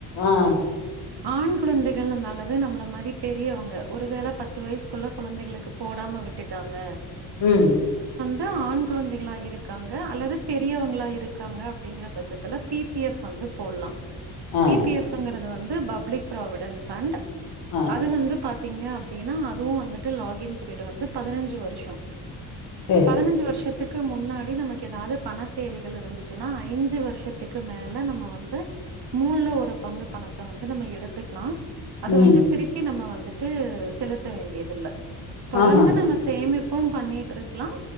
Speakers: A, on the left (about 70°); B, on the right (about 55°).
A: ஆஹ்
B: ஆண் குழந்தைகள் அந்தால்லது நம்மள மாரி பெரியவுங்க ஒரு வேள பத்து வயசுக்குள்ள குழந்தைகளுக்கு போடாம விட்டுட்டாங்க
A: உம்
B: து ஆண் குழந்தைகளா இருக்காங்க அல்லது பெரியவுங்களா இருக்காங்க அப்டிங்கிற பட்சத்துல பி பி எஃப் வந்து போட்லாம்
A: ஆ
B: பி பிஎஃப் ங்கிறது வந்து இது பப்ளிக் ப்ராவிடன்ட் ஃபண்ட்
A: ஆ
B: அது வந்து பாத் பாத்தீங்க அப்டினா அதுவும் வந்துட்டு லாகின் பீரியட் வந்து பதினஞ்சு வருஷோ
A: சேரி
B: பதினஞ்சு வருஷத்துக் க்கு முன்னாடி நமக்கு ஏதாவது பணத்தேவைகள் இருந்துச்சுன்னா ஐஞ்சு வருஷத்துக்கு மேல நம்ம வந்து மூணுல ஒரு பங்கு பணத்த வந்து நம்ம எடுத்துக்கலா அது
A: ம்
B: வந்து திருப்பி நம்ம வந்து வந்துட்டு செலுத்த வேண்டியதில்ல தொடர்ந்து
A: ஆஹா
B: நம்ம சேமிப்பு ப்பும் பண்ணிட்ருக்கலா